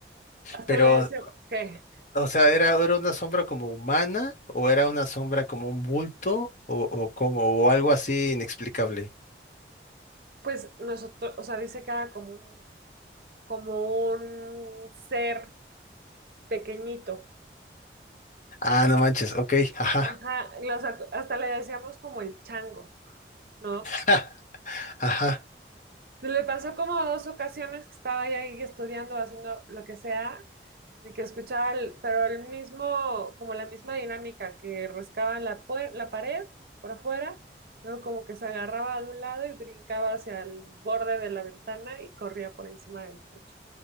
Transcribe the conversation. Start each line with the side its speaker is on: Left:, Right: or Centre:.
Right: hasta
Left: Pero,
Right: le decía, ¿qué?
Left: o sea, ¿era, era una sombra como humana o era una sombra como un bulto o, o como, o algo así inexplicable?
Right: Pues nosotros, o sea, dice que era como un, como un ser pequeñito.
Left: Ah, no manches, ok, ajá,
Right: Ajá, los ac- hasta le decíamos como el chango, ¿no?
Left: <laughs> ajá,
Right: Le pasó como dos ocasiones que estaba ya ahí estudiando, haciendo lo que sea, y que escuchaba, el- pero el mismo, como la misma dinámica, que rascaba la, pue- la pared por afuera, luego como que se agarraba de un lado y brincaba hacia el borde de la ventana y corría por encima del techo.